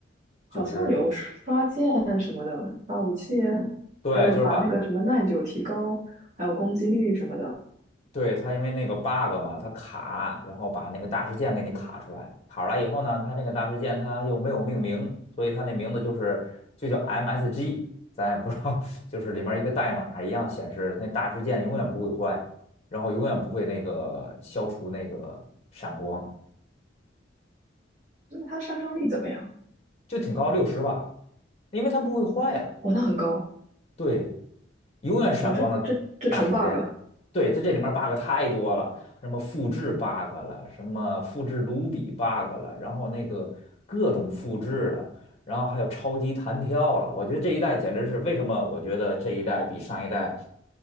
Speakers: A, on the right; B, on the left.
A: 好像有刷剑什么的，
B: 就是
A: 刷武器，
B: 对，
A: 还有把那个什么耐久提高，
B: 就是把
A: 还有攻击力什么的。
B: 对，它因为那个 bug 嘛，它卡，然后把那个大事件给你卡出来。卡出来以后呢，它那个大事件它又没有命名，所以它那名字就是就叫 MSG，咱也不知道，<laughs> 就是里面一个代码一样显示那大事件永远不会坏，然后永远不会那个消除那个闪光，
A: 那它杀伤力怎么样？
B: 就挺高六十吧，因为它不会坏呀、
A: 哇，那很高，
B: 对，永远闪光的大时间。
A: 哇，这这这纯 bug。
B: 对，在这里面 bug 太多了，什么复制 bug 了，什么复制卢比 bug 了，然后那个各种复制的，然后还有超级弹跳了。我觉得这一代简直是为什么？我觉得这一代比上一代